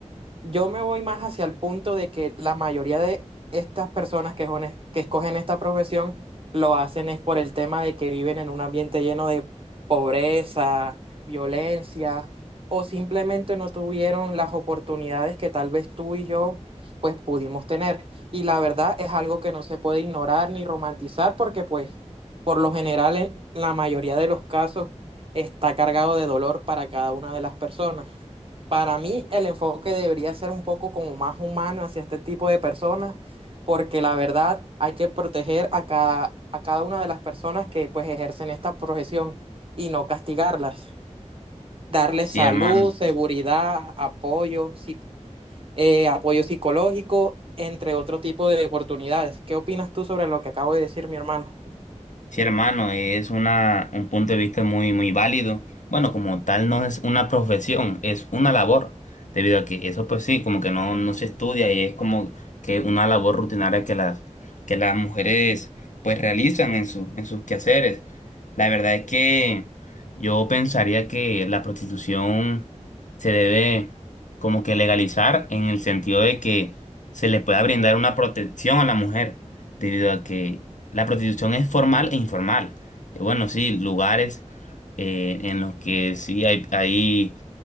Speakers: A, on the right (about 45°); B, on the left (about 85°).
A: Yo me voy más hacia el punto de que la mayoría de estas personas que, jone- que escogen esta profesión lo hacen es por el tema de que viven en un ambiente lleno de pobreza, violencia, o simplemente no tuvieron las oportunidades que tal vez tú y yo pues pudimos tener. Y la verdad es algo que no se puede ignorar ni romantizar porque pues por lo general en la mayoría de los casos está cargado de dolor para cada una de las personas. Para mí el enfoque debería ser un poco como más humano hacia este tipo de personas, porque la verdad hay que proteger a cada, a cada una de las personas que pues ejercen esta profesión y no castigarlas. Darles
B: Sí,
A: salud,
B: hermano.
A: seguridad, apoyo, psi- eh, apoyo psicológico, entre otro tipo de oportunidades. ¿Qué opinas tú sobre lo que acabo de decir, mi hermano?
B: Sí, hermano, es una, un punto de vista muy, muy válido. Bueno, como tal no es una profesión, es una labor, debido a que eso pues sí, como que no, no se estudia y es como que una labor rutinaria que las, que las mujeres pues realizan en su, en sus quehaceres. La verdad es que yo pensaría que la prostitución se debe como que legalizar en el sentido de que se le pueda brindar una protección a la mujer, debido a que la prostitución es formal e informal. Eh, bueno, sí, lugares eh, en los que sí hay, hay